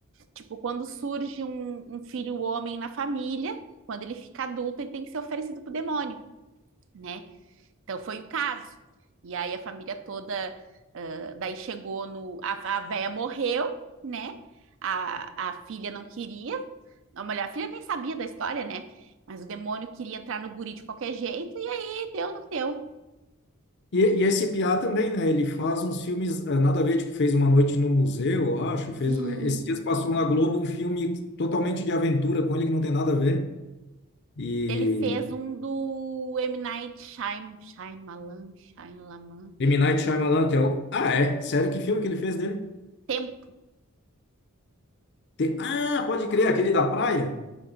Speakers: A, on the right; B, on the left.
A: Tipo, quando surge um, um filho homem na família, quando ele fica adulto, ele tem que ser oferecido pro demônio, né? Então foi o caso. E aí a família toda, ah, daí chegou no, a, a véia morreu, né? A, a filha não queria, a mulher, a filha nem sabia da história, né? Mas o demônio queria entrar no guri de qualquer jeito, e aí deu no que deu.
B: E, e esse Piá também, né? Ele faz uns filmes, ah, nada a ver, tipo, fez Uma Noite no Museu, eu acho, fez,
A: Sim,
B: eh, esses dias passou
A: sim.
B: na Globo um filme totalmente de aventura com ele que não tem nada a ver. E
A: Ele fez um do M. Night Shyam- Shyamalan, Shyamalan,
B: M.
A: Shyamalan.
B: Night Shyamalan, que é o... Ah, é? Sério, que filme que ele fez dele?
A: Tempo.
B: Tem- Ah, pode crer, aquele da praia?